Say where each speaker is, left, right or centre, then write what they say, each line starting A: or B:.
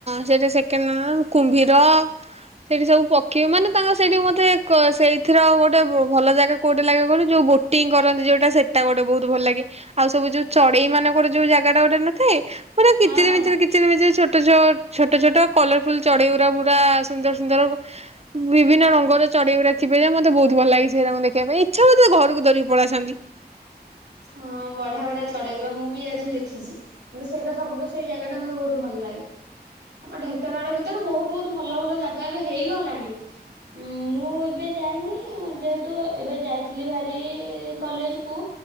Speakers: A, on the right; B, on the right.
A: ସେଇଟା ସେକେଣ୍ଡ ନନ୍ଦନ କୁମ୍ଭୀର ସେଠି ସବୁ ପଖୀ ମାନେ ତାଙ୍କର ସେଇଠି ମତେ ସେଇଥିର ଗୋଟେ ଭଲ ଜାଗା କୋଉଟା ଲାଗେ କହିଲୁ ଯୋଉ ବୋଟିଂ କରନ୍ତି ଯୋଉଟା ସେଟା ଗୋଟେ ବହୁତ ଭଲ ଲାଗେ ଆଉ ସବୁ ଯୋଉ ଚଢେଇ ମାନଙ୍କର ଯୋଉ ଜାଗା ଟା ଗୋଟେ ନଥାଏ? ପୁରା
B: ହଁ
A: କିଚିରିମିଚିର
B: ହଁ।
A: କିଚିରମିଚିର ଛୋଟ ଛୋଟ ଛୋଟ କଲରଫୁଲ ଚଢେଇଗୁରା ପୁରା ସୁନ୍ଦର ସୁନ୍ଦର ବିଭିନ୍ନ ରଙ୍ଗର ଚଢେଇଗୁରା ଥିବେ ଯେ ମତେ ବହୁତ ଭଲ ଲାଗେ ସେଇରାଙ୍କୁ ଦେଖିବାପାଇଁ ଇଛା ହୋଉଥିବା ଘରକୁ ଧରିକି ପଳେଇଆସନ୍ତି।
B: ହଁ ବଢିଆ ବଢିଆ ଚଢେଇଗୁରା ମୁଁ ବି ଯାଇଥିଲି ଦେଖିଛି ମତେ ସେଇଟା ସବୁଠୁ ସେ ଜାଗା ଟା ମତେ ବହୁତ ଭଲ ଲାଗେ। ଆମ ଢେଙ୍କାନାଳ ଭିତରେ ବହୁତ ବହୁତ ଭଲ ଭଲ ଜାଗା ଏବେ ହେଇଗଲାଣି ମୁଁ ଏବେ ଯାଇନି ଯେହେତୁ ଏବେ ଯାଇଥିଲି ଭାରି କଲେଜ କୁ